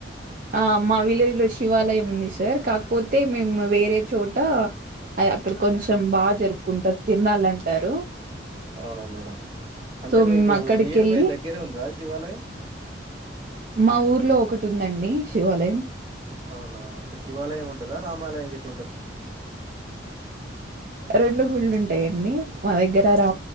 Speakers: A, on the right; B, on the right.
A: ఆ మా విలేజ్ లో శివాలయం ఉంది సార్ కాకపోతే మేము వేరే చోట అ అక్కడ కొంచెం బాగా జరుపుకుంటారు తిర్నల్ అంటారు
B: అవునా మేడం అంటే
A: మేము
B: మీకు
A: అక్కడికి
B: నియర్
A: వెళ్ళి
B: బై దగ్గరే ఉందా శివాలయం
A: మా ఊర్లో ఒకటి ఉందండి శివాలయం
B: అవునా ఒక శివాలయం ఉంటదా రామాలయం గట్
A: రెండు గుళ్ళు ఉంటాయండి మా దగ్గర రా